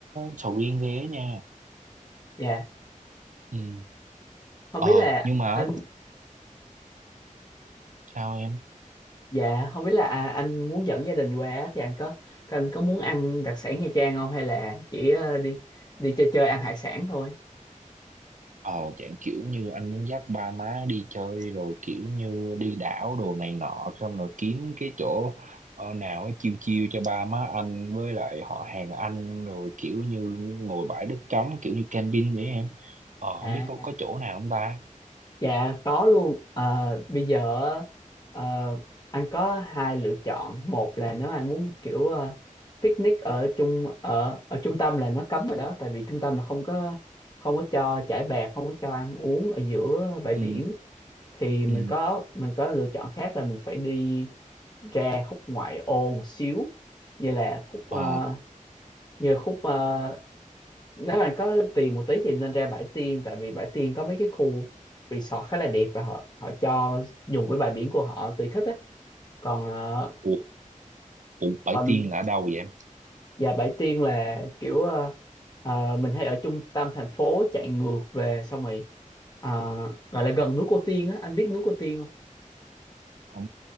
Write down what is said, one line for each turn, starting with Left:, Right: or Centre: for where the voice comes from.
Right: sầu riêng ghê á nha
Left: dạ
Right: ừ.
Left: không
Right: ờ
Left: biết là
Right: nhưng mà
Left: anh
Right: sao em
Left: dạ không biết là à, anh muốn dẫn gia đình qua á, thì anh có anh có muốn ăn đặc sản Nha Trang không hay là chỉ ờ, đi đi chơi chơi ăn hải sản thôi
Right: ờ dạng kiểu như anh muốn dắt ba má đi chơi rồi kiểu như đi đảo đồ này nọ xong rồi kiếm cái chỗ ờ, nào ấy chiêu chiêu cho ba má anh với lại họ hàng anh rồi kiểu như ngồi bãi đất trống kiểu như camping vậy em ờ
Left: à
Right: không biết có có chỗ nào không ta
Left: Dạ có luôn Ờ, bây giờ ờ, anh có hai lựa chọn một là nếu anh muốn kiểu ờ, picnic ở trung ở ở trung tâm là nó cấm rồi đó tại vì trung tâm là không có không có cho trải bạt không có cho ăn uống ở giữa bãi
Right: ừ
Left: biển thì mình
Right: ừ
Left: có mình có lựa chọn khác là mình phải đi ra khúc ngoại ô một xíu như là khúc ờ,
Right: ờ
Left: như là khúc ờ, nếu bạn có tiền một tí thì nên ra bãi tiên tại vì bãi tiên có mấy cái khu resort khá là đẹp và họ họ cho dùng cái bãi biển của họ tùy thích á còn ờ,
Right: ủa, ủa bãi
Left: còn
Right: tiên là ở đâu vậy em
Left: và bãi tiên là kiểu ờ, ờ, mình hay ở trung tâm thành phố chạy ngược về xong rồi ờ, gọi là gần núi Cô Tiên á anh biết núi Cô Tiên không
Right: ừ